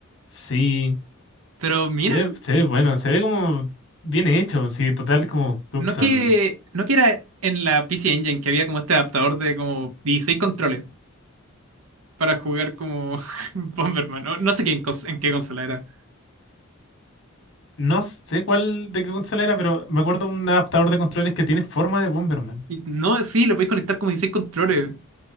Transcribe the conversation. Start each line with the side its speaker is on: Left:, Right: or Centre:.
Left: Sí,
Right: Pero mira,
Left: se ve, se ve bueno, se ve como bien hecho, sí, total como Hudson.
Right: no que, no que era en la PC Engine que había como este adaptador de como 16 controles para jugar como <laughs> Bomberman, No, no sé qué en, cons- en qué consola era.
Left: No sé cuál de qué consola era, pero me acuerdo un adaptador de controles que tiene forma de Bomberman.
Right: Y no, sí, lo podéis conectar como 16 controles.